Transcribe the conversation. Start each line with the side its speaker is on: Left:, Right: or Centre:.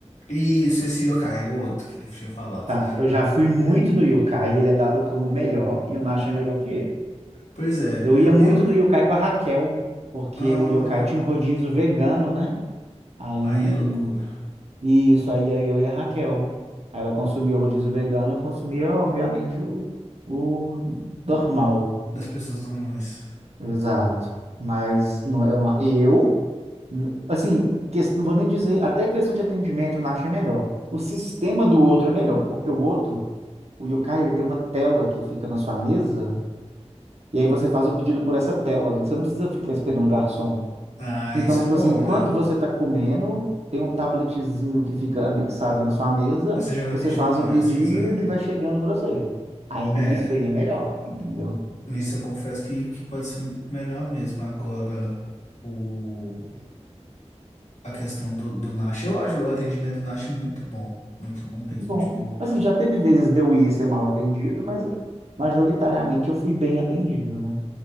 Left: E esse Yokai era o outro que ele tinha falado.
Right: Tá, eu já fui muito no Yokai, ele é dado como o melhor e o Nash é melhor que ele.
Left: Pois é,
Right: Eu
Left: eu,
Right: ia muito
Left: eu,
Right: no yokai com a Raquel, porque
Left: ah,
Right: o yokai tinha um rodízio vegano, né? Aí,
Left: aí é loucura
Right: isso, aí ia eu e a Raquel. Aí ela consumia o rodízio vegano, eu consumia, obviamente, o, o normal.
Left: das pessoas normais.
Right: Exato. Mas não- eu, eu, n- assim, ques- não vou nem dizer, até questão de atendimento eu não achei melhor. O sistema do outro é melhor, porque o outro, o yokai, ele tem uma tela que fica na sua mesa, e aí você faz o pedido por essa tela, você não precisa ficar esperando o garçom.
Left: Ah,
Right: Então,
Left: isso
Right: tipo
Left: é bom,
Right: assim, enquanto
Left: né?
Right: você está comendo, tem um tabletzinho que fica anexado na sua mesa,
Left: Você já vai
Right: você
Left: pedindo
Right: faz
Left: mais,
Right: o pedido
Left: se quiser.
Right: e vai chegando para você. Aí nisso
Left: É,
Right: aí é melhor, entendeu?
Left: nisso eu confesso que, que pode ser melhor mesmo. Agora, o, a questão do, do Nash, eu acho o atendimento do Nash muito bom, muito bom mesmo.
Right: Muito bom.
Left: Tipo,
Right: Assim, já teve vezes de eu ir ser mal atendido, mas majoritariamente eu fui bem atendido, né?